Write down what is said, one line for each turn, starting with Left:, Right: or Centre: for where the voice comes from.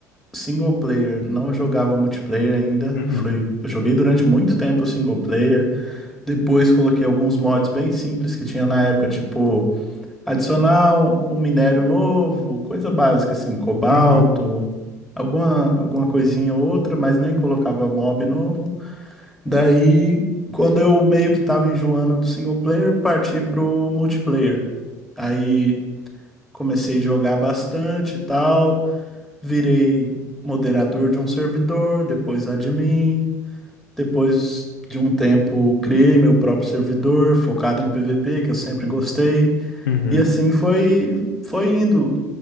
Centre: single player, não jogava multiplayer ainda.
Left: Uhum,
Centre: Foi, eu joguei durante muito tempo single player. Depois coloquei alguns mods bem simples que tinha na época, tipo adicionar um, um minério novo, coisa básica assim, cobalto,
Left: uhum,
Centre: alguma alguma coisinha ou outra, mas nem colocava mob novo. Daí, quando eu meio que tava enjoando do single player, parti pro multiplayer. Aí comecei a jogar bastante e tal virei moderador de um servidor, depois admin, depois de um tempo criei meu próprio servidor focado em PVP, que eu sempre gostei,
Left: uhum.
Centre: e assim foi foi indo.